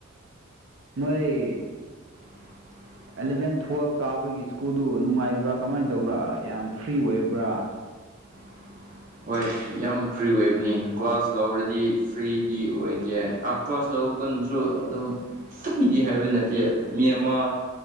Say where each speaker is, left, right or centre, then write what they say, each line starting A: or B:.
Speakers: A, on the right (about 70°); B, on the right (about 40°).
A: ꯅꯣꯏ
B: <unintelligible>
A: ꯑꯦꯂꯚꯦꯟ ꯇꯨꯋꯦꯜꯕ ꯀꯥꯕꯒꯤ ꯁ꯭ꯀꯨꯜꯗꯨ ꯅꯨꯡꯉꯥꯏꯕ꯭ꯔꯥ ꯀꯃꯥꯏꯅ ꯇꯧꯕ꯭ꯔꯥ ꯌꯥꯝ ꯐ꯭ꯔꯤ ꯑꯣꯏꯕ꯭ꯔꯥ
B: ꯍ ꯍꯣꯏ ꯌꯥꯝ ꯐ꯭ꯔꯤ ꯑꯣꯏꯕꯅꯤ ꯀ꯭ꯂꯥꯁ ꯂꯧꯔꯗꯤ ꯐ꯭ꯔꯤꯗꯤ ꯑꯣꯏꯗꯦ ꯑ ꯀ꯭ꯂꯥꯁ ꯂꯧ ꯀꯩꯅꯁꯨ ꯑꯗꯨꯝꯗꯤ ꯍꯥꯏꯕ ꯅꯠꯇꯦ ꯃꯤ ꯑꯃ